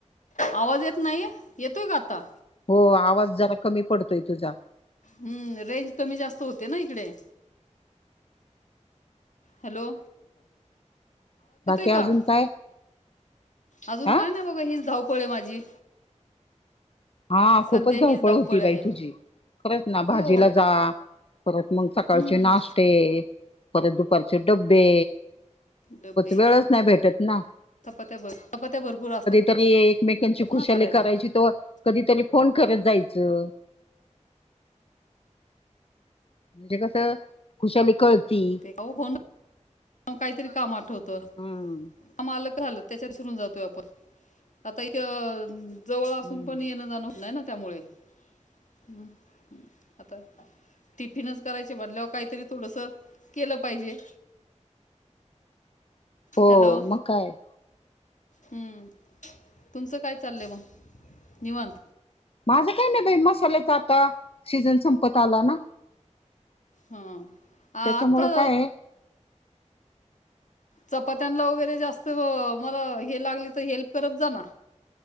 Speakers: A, on the left; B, on the left.
A: आवाज येत नाहीये येतोय का आता
B: हो आवाज जरा कमी पडतोय तुझा
A: ह् रेंज कमी जास्त होते ना इकडे हलो
B: बाकी
A: का
B: अजून काय
A: अजून
B: हा
A: काय नाही बघा हीच धावपळ आहे माझी
B: हा खूपच
A: सध्या
B: धावपळ
A: हीच
B: होती
A: आहे
B: बाई तुझी खरंच ना
A: हो
B: भाजीला जा परत मग सकाळचे
A: हम्म
B: नाश्ते परत दुपारचे डबे
A: डब
B: वेळच नाही भेटत ना
A: प्या चप्या भरपूर असतात
B: तरी एकमेकांची खुशाली
A: ना करायला
B: करायची त कधीतरी फोन करत जायचं म्हणजे कसं खुशाली कळती
A: हो कोण मग काहीतरी काम आठवतं
B: हम
A: आ मा आलक झालं त्याच्यात सुरून जातोय आपण आता एक जवळ असून
B: हम्म
A: पण येणं जाण होत नाही ना त्यामुळे ह आता टिफिनच करायचे म्हटल्यावर काहीतरी थोडस केलं पाहिजे
B: हो
A: हॅलो
B: मग काय
A: हम्म तुमचं काय चाललंय मग निवांत
B: माझं काही नाही बाई मसाल्याच आता सीजन संपत आला ना
A: हम आता
B: त्याच्यामुळं काय आहे.
A: चपात्यांला वगैरे जास्त मला हे लागले तर हेल्प करत जाना